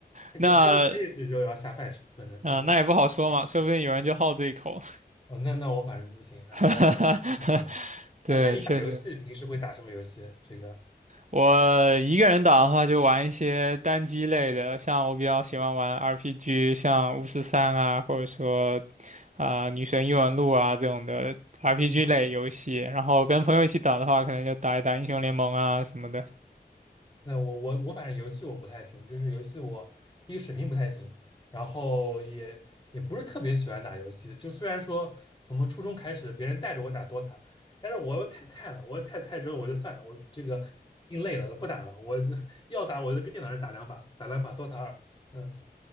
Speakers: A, on the left; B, on the right.
A: 看就看进看电视的时候要下饭吃，
B: 那，
A: 不可能。
B: 嗯、
A: 嗯，
B: 那也不好说嘛，说不定有人就好这一口。
A: 哦，那那我反正不行。然后，
B: <laughs>
A: 嗯，
B: 对，
A: 那那你打游戏平时会打什么游戏？
B: 确实。
A: 这个，
B: 我一个人打的话，就玩一些单机类的，像我比较喜欢玩 RPG，像巫师三啊，或者说啊、女神异闻录啊这种的 RPG
A: 嗯。
B: 类游戏。然后跟朋友一起打的话，可能就打一打英雄联盟啊什么的。
A: 那我我我反正游戏我不太行，就是游戏我第一水平不太行，然后也也不是特别喜欢打游戏。就虽然说从初中开始别人带着我打 DOTA，但是我又太菜了，我太菜之后我就算了，我这个心累了不打了，我这要打我就跟电脑上打两把，打两把 DOTA 二。嗯，